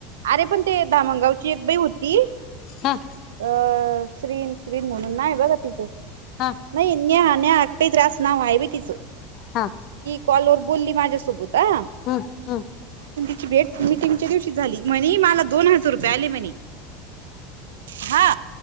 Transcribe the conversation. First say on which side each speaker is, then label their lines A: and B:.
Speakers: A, on the right; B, on the left.
A: अरे पण ते दामणगावची एक बाई होती त
B: हा
A: अ श्रीन श्रीन म्हणून नाई बघत तिच,
B: हा
A: नाई न्या न्या पीद्रास आसच नाव हाय वय तिच
B: हा
A: कॉलवर बोलली माझ्यासोबत आ
B: हम्म हम्म
A: भेट मिटिंगच्या दिवशी झाली म्हणी मला दोन हजार रुपये आले म्हणी हा